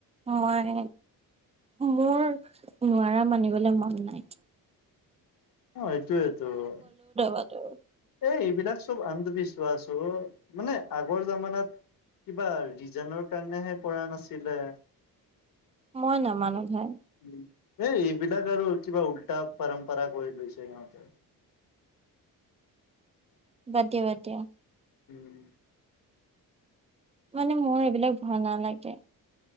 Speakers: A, on the right; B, on the left.
A: মই মোৰ নোৱাৰা মানিবলে মন নাই।
B: অ', এইটোয়েটো অ'।
A: <inaudible>
B: এ, এইবিলাক চব আন্ধবিশ্বাস অ', মানে আগৰ জামানাত কিবা ৰিজানৰ কাৰণেহে কৰা নাছিলে।
A: মই নামানো ভাই।
B: উম, এই এইবিলাক আৰু কিবা উল্টা পাৰাম্পৰা কৰি লৈছে সিহঁতে।
A: বাদ দিয়া বাদ দিয়া।
B: উম।
A: মানে মই এইবিলাক ভাল নালাগে।